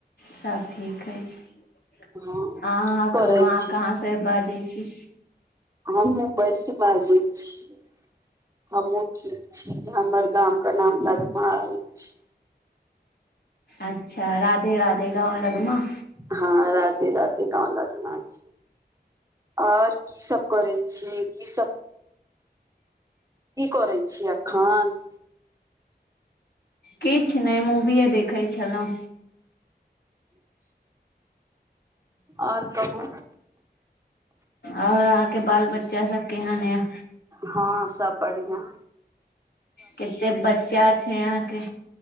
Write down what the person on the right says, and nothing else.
हँ की करै
छी
हम मुम्बइसँ बाजै छीय हमहुँ ठीक छी हमर गाम केँ नाम लगमा अछि।
हँ रति रति कन लगना छै। आओर की सभ करै छियै की सभ की करै छीय एखन
और कहू
हँ सभ बढ़िआ